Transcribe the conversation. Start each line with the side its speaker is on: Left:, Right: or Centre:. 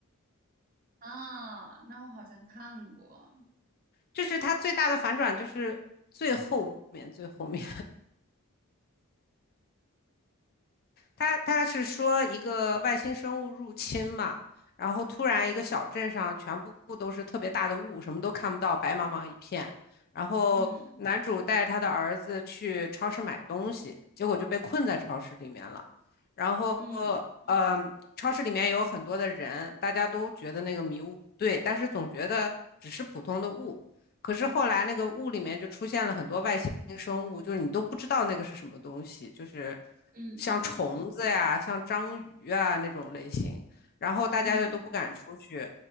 Right: 啊，那我好像看过，
Left: 就是他最大的反转就是最后面最后面，他他是说一个外星生物入侵嘛，然后突然一个小镇上全部都是特别大的雾，什么都看不到，白茫茫一片。然后男主带着他的儿子去超市买东西，
Right: 嗯
Left: 结果就被困在超市里面了。然后，
Right: 嗯
Left: 呃，超市里面有很多的人，大家都觉得那个迷雾不对，但是总觉得只是普通的雾。可是后来那个雾里面就出现了很多外星生物，就是你都不知道那个是什么东西，就是
Right: 嗯嗯嗯
Left: 像虫子呀、像章鱼啊那种类型。然后大家就都不敢出去，
Right: 嗯嗯。